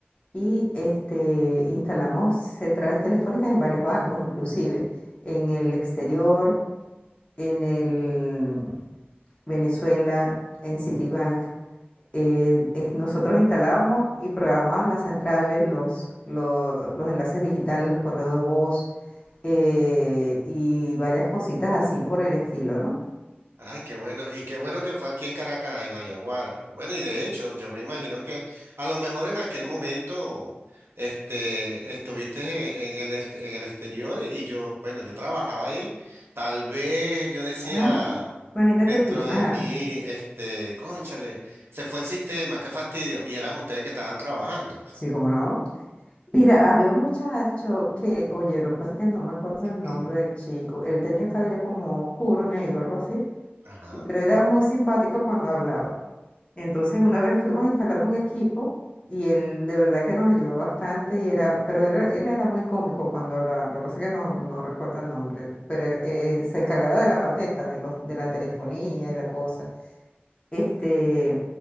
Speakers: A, on the left; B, on the right.
A: y este, instalamos centrales telefónicas en varios bancos, inclusive en el exterior, en el mm, Venezuela, en Citibank eh, es- nosotros instalábamos y programábamos las centrales, los, lo- los enlaces digitales, los correos de voz eh, y varias cositas así por el estilo, ¿no?
B: Ay, qué bueno. Y qué bueno que fue aquí en Caracas, en La Yaguara. Bueno, y de hecho, yo me imagino que a lo mejor en aquel momento este, estuviste en, en el, ex- en el exterior y yo, bueno, yo trabajaba ahí. Tal vez yo decía
A: Ah, imagínate
B: dentro
A: tú.
B: de
A: Ajá.
B: mí, este, cónchale, se fue el sistema, qué fastidio. Y eran ustedes que estaban trabajando.
A: Sí, cómo no. Mira, había un muchacho que, oye, lo que pasa es que no me acuerdo
B: <clears throat>
A: el nombre del chico. Él tenía el cabello como oscuro, negro, algo así,
B: Ajá.
A: y- pero era muy simpático cuando hablaba. Entonces una vez fuimos a instalar un equipo y él de verdad que nos ayudó bastante y era, pero era- él era muy cómico cuando hablaba, lo que pasa es que no, no recuerdo el nombre, pero él, eh, se encargaba de la parte esta, de los, de la telefonía y la cosa. Este,